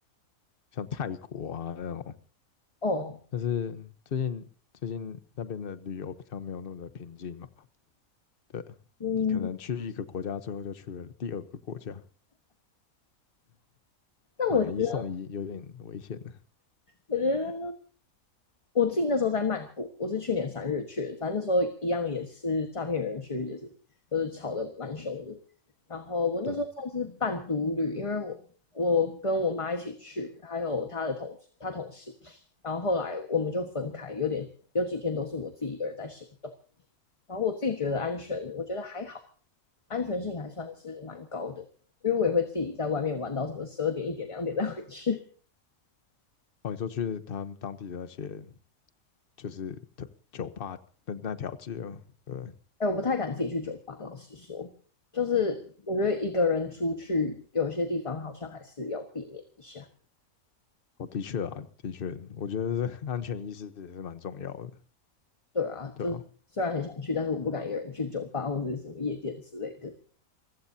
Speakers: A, on the left; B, on the left.
A: 像泰国啊那种，
B: 哦，
A: 但是最近最近那边的旅游比较没有那么的平静嘛，对，
B: 嗯，
A: 你可能去一个国家，最后就去了第二个国家，
B: 那我觉得，
A: 买一送一有点危险的。
B: 我觉得我自己那时候在曼谷，我是去年三月去的，反正那时候一样也是诈骗园区，也是就是吵得蛮凶的。然后我那时候算是半独旅，
A: 对，
B: 因为我我跟我妈一起去，还有她的同她同事，然后后来我们就分开，有点有几天都是我自己一个人在行动。然后我自己觉得安全，我觉得还好，安全性还算是蛮高的，因为我也会自己在外面玩到什么十二点、一点、两点再回去。
A: 哦，你说去他们当地的那些就是特酒吧那那条街嘛，对，
B: <laughs> 哎，我不太敢自己去酒吧，老实说，就是我觉得一个人出去，有些地方好像还是要避免一下。
A: 哦，的确啊，的确，我觉得这 <laughs> 安全意识也是蛮重要的，
B: 对啊，
A: 对啊，
B: 就是虽然很想去，但是我不敢一个人去酒吧或者是什么夜店之类的。